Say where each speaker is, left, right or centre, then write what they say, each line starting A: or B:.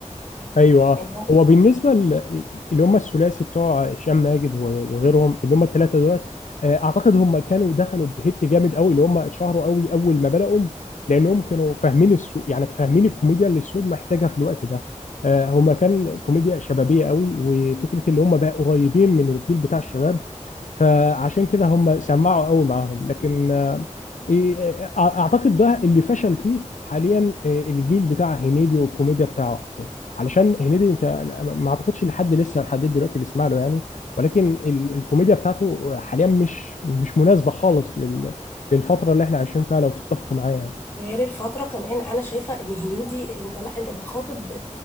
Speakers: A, on the left; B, on the left.
A: ايوه آه.
B: يعني هو
A: هو بالنسبه ل- اللي هم الثلاثي بتوع هشام ماجد و- وغيرهم اللي هم الثلاثه دول آه، اعتقد هم كانوا دخلوا بهيت جامد قوي اللي هم اتشهروا قوي اول ما بداوا لانهم كانوا فاهمين السوق يعني فاهمين الكوميديا اللي السوق محتاجها في الوقت ده آه، هم كان كوميديا شبابيه قوي وفكره اللي هم بقى قريبين من الجيل بتاع الشباب فعشان كده هم سمعوا قوي معاهم لكن إيه، أع- اعتقد ده اللي فشل فيه حاليا إيه، الجيل بتاع هنيدي والكوميديا بتاعته علشان هنيدي انت ما اعتقدش لحد لسه لحد دلوقتي بيسمع له يعني ولكن ال- الكوميديا بتاعته حاليا مش مش مناسبه خالص لل- للفتره اللي احنا عايشين فيها لو تتفق معايا يعني
B: غير الفترة كمان أنا شايفة إن هنيدي أنت لا أنت بتخاطب